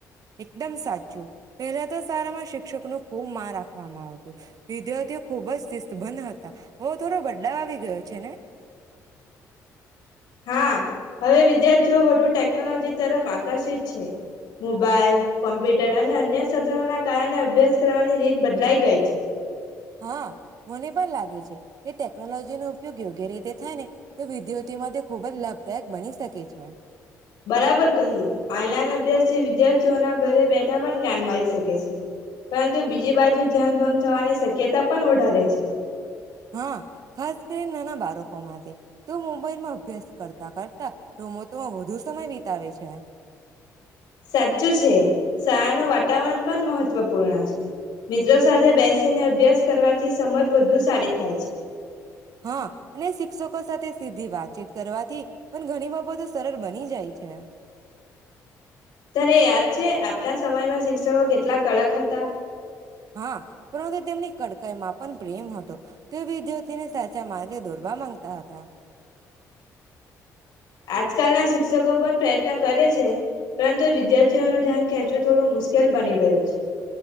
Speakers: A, on the right; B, on the left.
A: એકદમ સાચું, પહેલા તો શાળામાં શિક્ષકનું ખૂબ માં રાખવામાં આવતું. વિદ્યાર્થીઓ ખૂબ જ શિસ્તબંધ હતા, હો થોડો બદલાવ આવી ગયો છે ને?
B: હા હવે વિદ્યાર્થીઓ વધુ ટેકનોલોજી તરફ આકર્ષિત છે. મોબાઈલ, કોમ્પ્યુટર અને અન્ય સધનો ના કારણે અભ્યાસ કરવાની રીત બદલાઈ ગઈ છે.
A: હા મને પણ લાગે છે કે ટેકનોલોજીનો ઉપયોગ યોગ્ય રીતે થાય ને તો વિદ્યાર્થીમાં તે ખૂબ જ લાભદાયક બની શકે છે.
B: બરાબર કહ્યું. ઓનલાઈન અભ્યાસ થી વિદ્યાર્થીઓના ઘરે બેઠા પણ જ્ઞાન મળી શકે છે, પરંતુ બીજી બાજુ ધ્યાન ભંગ થવાની શક્યતા પણ ઓડરે છે.
A: હા ખાસ કરી નાના બાળક કો માટે તો મોબાઈલમાં અભ્યાસ કરતા કરતા રોમૌમાં વધુ સમય વિતાવે છે.
B: સાચું છે. શાળાનું વાતાવરણ પણ મહત્વપૂર્ણ છે. મિત્રો સાથે બેસીને અભ્યાસ કરવાથી સમજ વધુ સારી થાય છે.
A: હા અને શિક્ષકો સાથે સીધી વાતચીત કરવાથી પણ ઘણી બાબતો સરળ બની જાય છે.
B: તને યાદ છે આપણા સમયમાં શિક્ષકો કેટલા કડક હતા.
A: હા પરંતુ તેમની કડકાઈમાં પણ પ્રેમ હતો. તેઓ વિદ્યાર્થીને સાચા માર્ગે દોરવા માંગતા હતા.
B: આજકાલના શિક્ષકો પણ પ્રયત્ન કરે છે, પરંતુ વિદ્યાર્થીઓ નું ધ્યાન ખેંચવું થોડું મુશ્કેલ બની ગયું છે.